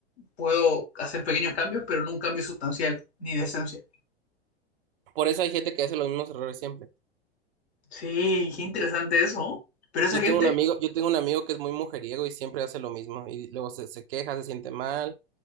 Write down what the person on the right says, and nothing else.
Por eso hay gente que hace los mismos errores siempre.
Yo
tengo un amigo, yo tengo un amigo que es muy mujeriego y siempre hace lo mismo. Y luego se, se queja, se siente mal,